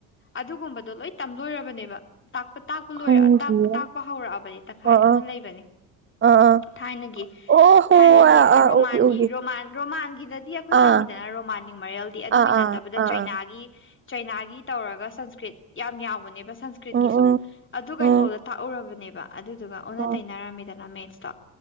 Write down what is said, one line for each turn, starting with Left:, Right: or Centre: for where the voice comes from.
Left: ꯑꯗꯨꯒꯨꯝꯕꯗꯣ ꯂꯣꯏ ꯇꯝꯂꯣꯏꯔꯕꯅꯦꯕ ꯇꯥꯛꯄ ꯇꯥꯛꯄ ꯂꯣꯏꯔ
Right: ꯈꯪꯗꯤꯌꯦ
Left: ꯇꯥꯛꯄ ꯇꯥꯛꯄ ꯍꯧꯔꯛꯑꯕꯅꯦ ꯇꯪꯈꯥꯏ
Right: ꯑꯥ
Left: ꯑꯃ
Right: ꯑꯥ
Left: ꯂꯩꯕꯅꯦ
Right: ꯑꯥ ꯑꯥ
Left: ꯊꯥꯏꯅꯒꯤ
Right: ꯑꯣ ꯍꯣ
Left: ꯊꯥꯏꯅꯒꯤ
Right: ꯑꯥ ꯑꯥ
Left: ꯔꯣꯃꯥꯟꯒꯤ
Right: ꯎꯒꯤ ꯎꯒꯤ
Left: ꯔꯣꯃꯥꯟ ꯔꯣꯃꯥꯟꯒꯤꯗꯗꯤ ꯑꯩꯈꯣꯏ
Right: ꯑꯥ
Left: ꯇꯝ ꯃꯤꯗꯅ ꯔꯣꯃꯥꯟ ꯃꯔꯦꯜꯗꯤ ꯑꯗꯨꯒꯤ
Right: ꯑꯥ
Left: ꯅꯠꯇꯕꯗ
Right: ꯑꯥ ꯑꯥ
Left: ꯆꯩꯅꯥꯒꯤ
Right: ꯑꯥ
Left: ꯆꯩꯅꯥꯒꯤ ꯇꯧꯔꯒ ꯁꯪꯁꯀ꯭ꯔꯤꯠ ꯌꯥꯝ ꯌꯥꯎꯕꯅꯦꯕ ꯁꯪꯁ
Right: ꯎꯝ
Left: ꯀꯤꯁꯨ
Right: ꯎꯝ
Left: ꯑꯗꯨ
Right: ꯎꯝ
Left: ꯀꯩ ꯐꯥꯎꯗ ꯇꯥꯛꯎꯔꯕꯅꯦꯕ ꯑꯗꯨꯗꯨꯒ ꯑꯣꯟꯅ
Right: ꯎꯝ
Left: ꯇꯩꯅꯔꯝꯃꯤꯗꯅ ꯃꯦꯟ ꯇꯣ